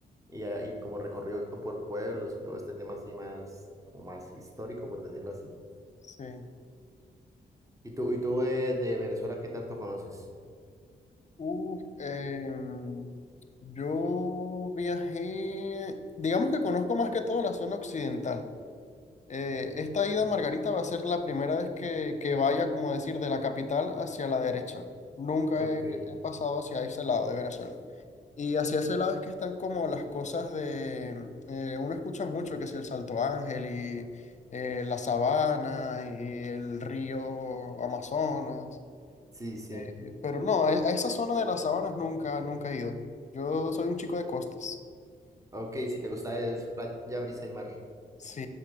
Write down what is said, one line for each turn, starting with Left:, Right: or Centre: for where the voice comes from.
Right: y, a- y como recorrido por pueblos y todo este tema así más, como más histórico, por decirlo así.
Left: sí.
Right: ¿Y tú, y tú de, de Venezuela qué tanto conoces?
Left: Uf, em, yo viajé, digamos que conozco más que todo la zona occidental. Eh,
Right: Ok,
Left: esta ida a Margarita va a ser la primera vez que, que vaya, como decir, de la capital hacia la derecha. Nunca
Right: ok,
Left: he, he pasado hacia ese lado de Venezuela. Y hacia ese lado es que están como las cosas de, eh, uno escucha mucho que si el Salto Ángel y eh, la sabana y el río Amazonas.
Right: sí, sí.
Left: Eh, Pero no, a, a esa zona de las sabanas nunca, nunca he ido. Yo soy un chico de costas.
Right: Ok, si te gusta es playa, brisa y mar.
Left: Sí,